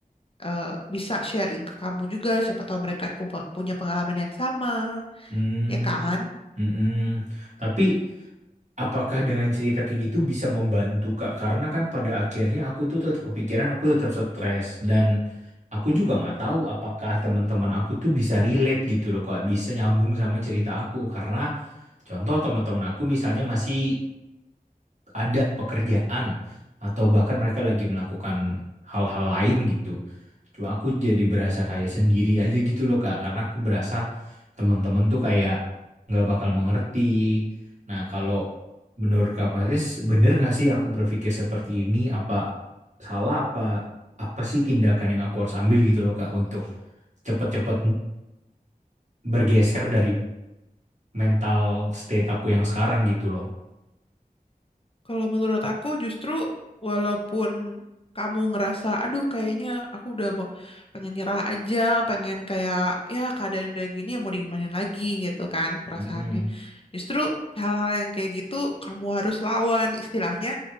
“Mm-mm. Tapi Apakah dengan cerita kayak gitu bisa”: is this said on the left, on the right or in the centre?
Right